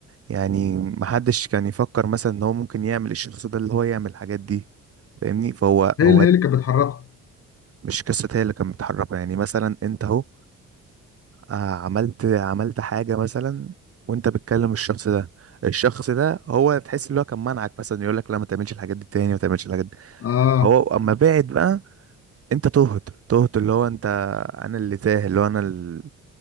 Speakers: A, on the right; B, on the left.
A: يعني محدش كان يفكر مثلا ان هو ممكن يعمل الشخص ده اللي هو يعمل الحاجات دي فاهمني فهو
B: هي
A: هو
B: اللي هي اللي كانت بتحركه
A: مش قصة هي اللي كانت بتحركه يعني مثلا انت اهو آه، عملت عملت حاجة مثلا وانت بتكلم الشخص ده الشخص ده هو تحس ان هو كان منعك مثلا يقول لك لا ما تعملش الحاجات دي تاني ما تعملش الحاجات دي
B: اه
A: هو اما بعد بقى انت تهت تهت اللي هو انت انا اللي تاه اللي هو انا ال-